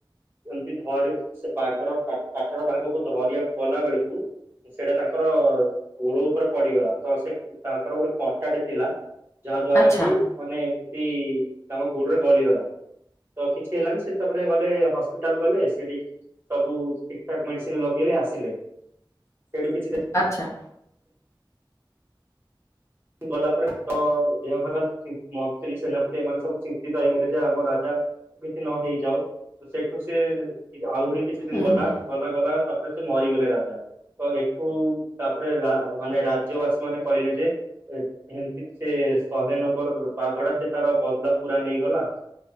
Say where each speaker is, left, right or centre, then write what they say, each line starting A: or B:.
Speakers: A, on the right (about 25°); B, on the left (about 35°).
A: ଏମିତି ଧରି ସେ ବାଘର କାଠର ବାଘକୁ ଧରିବାକୁ ଗଲା ବେଳକୁ ସେଇଟା ତାଙ୍କର ଗୋଡ ଉପରେ ପଡିଗଲା ତ ସେ ତାଙ୍କର ଗୋଟେ କଣ୍ଟାଟେ ଥିଲା। ଯାହା ଦ୍ଵାରା
B: ଆଚ୍ଛା
A: କି ମାନେ ଏମିତି ତାଙ୍କ ଗୋଡରେ ଗଳି ଗଲା। ତ କିଛି ହେଲାନି ସେ ତାପରେ ଗଲେ ହସ୍ପିଟାଲ ଗଲେ ସେଠି ସବୁ ଠିକ ତାକୁ ମେଡିସିନ ଲଗେଇ ଆସିଲେ ସେଠୁ କିଛି
B: ଆଚ୍ଛା।
A: ଗଲା ପରେ ତ ଏହା ମନ୍ତ୍ରୀ ସେନାପତି ଏମାନେ ସବୁ ଚିନ୍ତିତ ହେଇଗଲେ ଯେ ଆମ ରାଜା କିଛି ନ ହେଇଯାଉ ତ ସେଇଠୁ ସେ ଆହୁରି କିଛି ଦିନ
B: ହୁଁ
A: ଗଲା
B: ହୁଁ
A: ଗଲା ଗଲା ତା ତାପରେ ସେ ମରିଗଲେ ରାଜା ତ ଏଠୁ ତାପରେ ମାନେ ରାଜ୍ୟ ବାସୀ ମାନେ କହିଲେ ଯେ ଏମିତି ସେ ଶହେ ନମ୍ବର ବାଘଟା ସେ ତାର ବଦଳା ପୁରା ନେଇଗଲା।